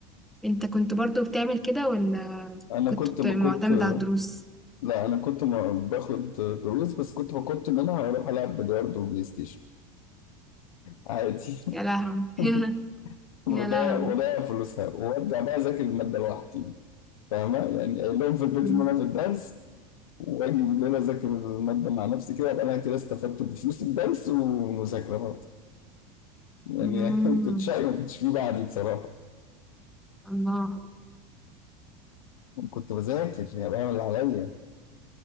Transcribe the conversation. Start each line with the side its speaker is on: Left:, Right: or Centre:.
Centre: انت كنت برضو بتعمل كده ولا
Left: أنا
Centre: كنت
Left: كنت
Centre: بت-
Left: بكنت
Centre: معتمد على الدروس
Left: لا أنا كنت م- باخد دروس بس كنت بكنت منها أروح ألعب بلياردو وبلاي ستيشن عادي
Centre: يا لهوي <laughs>
Left: <laughs> وضيع
Centre: يا لهوي
Left: وضيع فلوسها وأرجع بقى أذاكر المادة لوحدي فاهمة يعني قايل لهم في البيت
Centre: مم.
Left: إن أنا في الدرس وأجي بالليل أذاكر المادة مع نفسي كده أبقى أنا كده استفدت بفلوس الدرس والمذاكرة برضه يعني
Centre: مم.
Left: <laughs> كنت شقي ما كنتش فيه بعدي بصراحة
Centre: الله
Left: كنت بذاكر يعني بعمل اللي عليا